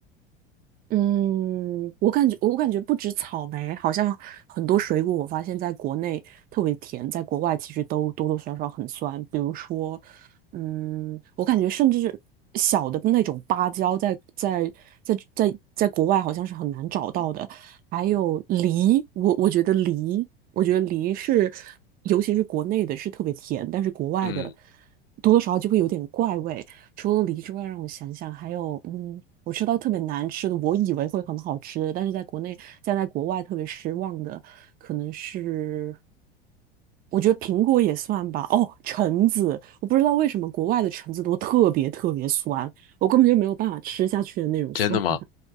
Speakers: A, on the right; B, on the left.
A: 嗯，我感觉我感觉不止草莓，好像很多水果，我发现在国内特别甜，在国外其实都多多少少很酸。比如说，嗯，我感觉甚至小的那种芭蕉在，在在在在国外好像是很难找到的。还有梨，我我觉得梨，我觉得梨是，尤其是国内的是特别甜，但是国外的
B: 嗯，
A: 多多少少就会有点怪味。除了梨之外，让我想想，还有，嗯，我吃到特别难吃的，我以为会很好吃的，但是在国内，在在国外特别失望的，可能是我觉得苹果也算吧。哦，橙子，我不知道为什么国外的橙子都特别特别酸，我根本就没有办法吃下去的那种酸。
B: 真的吗？
A: <laughs>